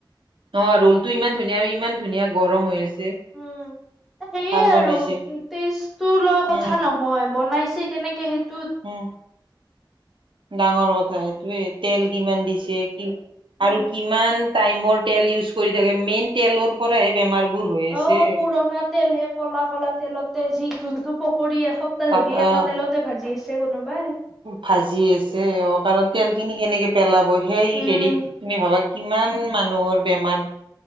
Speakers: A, on the right; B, in the centre.
A: অ ৰোল টো ইমান ধুনীয়া আৰু ইমান ধুনীয়া গৰম হৈ আছে।
B: উম সেয়ে
A: ভাল বনাইছে
B: আৰু তেইছ টো লৈ কথা
A: উম
B: ন হয় বনাইছে কেনেকে? সেইট
A: উম ডাঙৰ কথা এইটোৱে তেল কিমান দিছে কি
B: উম,
A: আৰু কিমান টাইমৰ তেল ইউজ কৰি থাকে মেইন তেলৰ পৰাহে বেমাৰ বোৰ হৈ আছে।
B: অ পুৰণা তেল হে কলা কলা তেলতে জিক যোনটো পকৰি আ তাৰ
A: অ
B: ধৰি এটা তেলতে ভাজি আছে কোনোবাই।
A: ভাজি আছে অ কাৰণ তেল খিনি কেনেকে পেলাব সেই
B: উম
A: হেৰিত তুমি ভাবা কিমান মানুহৰ বেমাৰ।